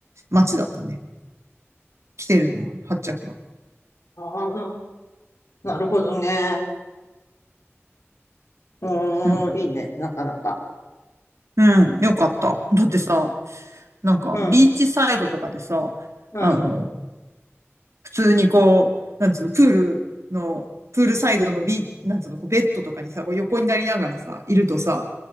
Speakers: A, on the right (about 75°); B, on the left (about 75°).
A: 街だったね。来てるのは、発着は。
B: ああなるほどね。うーん、
A: うん。
B: いいね、なかなか。
A: うん。よかった。だってさ、なんか、
B: うん、
A: ビーチサイドとかでさ、
B: うん、うん、
A: あの、普通にこう、なんつうの、プールの、プールサイドのビ、なんつうの、こうベッドとかにさ、こう横になりながらさ、いるとさ、